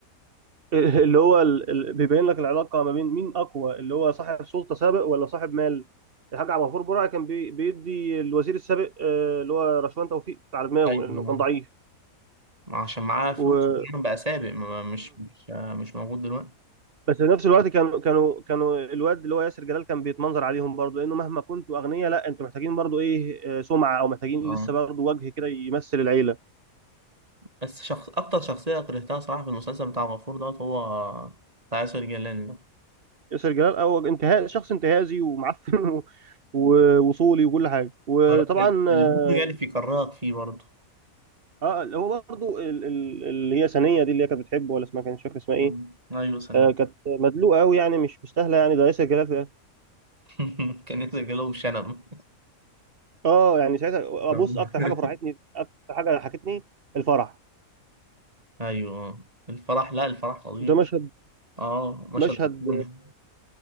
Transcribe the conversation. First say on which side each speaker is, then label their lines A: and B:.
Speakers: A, on the right; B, on the right.
A: <laughs> ال- اللي هو ال ال بيبين لك العلاقه ما بين مين اقوى اللي هو صاحب سلطه سابق ولا صاحب مال الحاج عبد الغفور برعي كان بي بيدي الوزير السابق آه، اللي هو رشوان توفيق على دماغه
B: ايوه
A: لانه كان ضعيف
B: ما عشان معاه فلوس
A: و...
B: دايما بقى سابق ما- مش مش مش موجود دلوقتي
A: بس في نفس الوقت كانوا كانوا كانوا الواد اللي هو ياسر جلال كان بيتمنظر عليهم برضو لانه مهما كنتوا اغنياء لا انتوا محتاجين برضو ايه آه، سمعه او محتاجين
B: اه
A: لسه برضو وجه كده يمثل العيله
B: بس شخص اكتر شخصية كرهتها صراحة في المسلسل بتاع غفور دوت هو بتاع ياسر جلال ده
A: ياسر جلال او انتهاء شخص انتهازي ومعفن <laughs> و- ووصولي وكل حاجه وطبعا
B: كر- ال- المخرج
A: اه
B: يعني في كرهك فيه برضه
A: آه، اللي هو برضو ال- ال- اللي هي سنيه دي اللي هي كانت بتحبه ولا اسمها كانت مش فاكر اسمها
B: مم.
A: ايه
B: ايوه سنة
A: آه كانت مدلوقه قوي يعني مش مستاهله يعني ده ياسر جلال ده.
B: <laughs> كان ياسر جلال وشنب
A: اه يعني ساعتها
B: <laughs>
A: ابص اكتر حاجه فرحتني اكتر حاجه ضحكتني الفرح
B: ايوه آه. الفرح لا الفرح فظيعي
A: ده مشهد
B: اه مشهد
A: مشهد
B: ايقوني